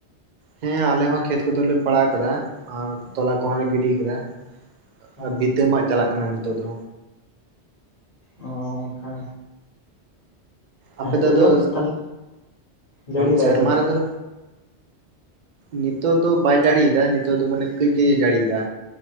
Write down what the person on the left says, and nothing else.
ᱚ
ᱚ ᱚᱱᱠᱟ
ᱟᱨ ᱦᱤᱛᱚᱜ
ᱛᱟᱦᱚᱞᱮ ᱡᱟᱹᱲᱤᱭᱮᱫᱟᱭ
ᱥᱮ ᱵᱟᱝ?